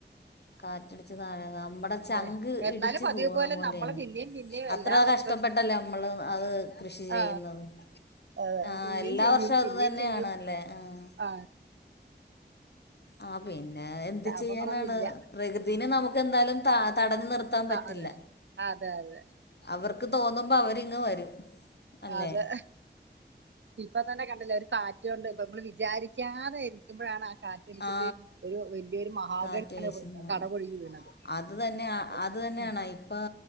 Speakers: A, on the left (about 65°); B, on the right (about 80°).
A: കാറ്റടിച്ച താഴെ നമ്മുടെ ചങ്ക്
B: ഏ, എന്നാലും
A: ഇടിച്ചു
B: പതിവ്
A: പോകണ
B: പോലെ
A: പോലെയാണ്.
B: നമ്മൾ പിന്നെയും പിന്നെയും
A: അത്ര
B: എല്ലാ വർഷവും
A: കഷ്ടപ്പെട്ട പെട്ടല്ലേ, നമ്മള് അത് കൃഷി ചെയ്യുന്നത്.
B: ആ, ആ,
A: ആഹ,
B: പിന്നെയും
A: എല്ലാ
B: ചെയ്യും
A: വർഷവും അത്
B: പിന്നെയും
A: തന്നെയണല്ലേ?
B: ചെയ്യും
A: ആഹ...
B: ആ
A: ആ, പിന്നെ എന്ത്
B: ലാഭങ്ങളൊന്നും
A: ചെയ്യാനാണ്?
B: ഇല്ല
A: പ്രകൃതിനെ നമുക്ക് എന്തായാലും താ.... തടഞ്ഞ നിർത്താൻ
B: ഇപ്പൊ ത-
A: പറ്റില്ല,
B: അതെ അതെ അതെ
A: അവർക്ക് തോന്നുമ്പോ അവരിങ്ങ് വരും. അല്ലേ
B: അതെ ഇപ്പ തന്നെ കണ്ടില്ലേ, ഒരു കാറ്റുകൊണ്ട് ഇപ്പൊ നമ്മൾ വിചാരിക്കാതെ ഇരിക്കുമ്പോഴാണ്... കാറ്റടിച്ചിട്ട്
A: ആ
B: ഒരു വലിയൊരു മഹാഗണി
A: കാറ്റ്
B: ആണ്
A: വീശുന്നത്
B: കടപൊഴകി വീണത്.
A: അത് തന്നെ,
B: ഏ,
A: അത് തന്നെയാണ്
B: ഉം,
A: ഇപ്പോൾ...